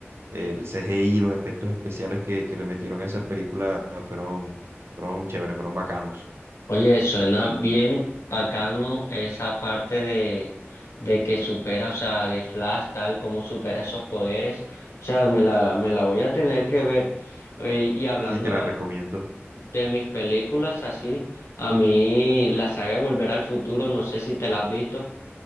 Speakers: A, on the right (about 65°); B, on the left (about 80°).
A: el CGI y los efectos especiales que, que le metieron a esa película fueron, fueron chéveres, fueron bacanos.
B: Oye, suena bien bacano esa parte de, de que supera, o sea, de Flash, tal, como supera esos poderes. O sea, me la, me la voy a tener que ver. Oye, y hablando
A: Sí, te la recomiendo.
B: de, de mis películas así, a mí la saga de Volver al Futuro, no sé si te la has visto.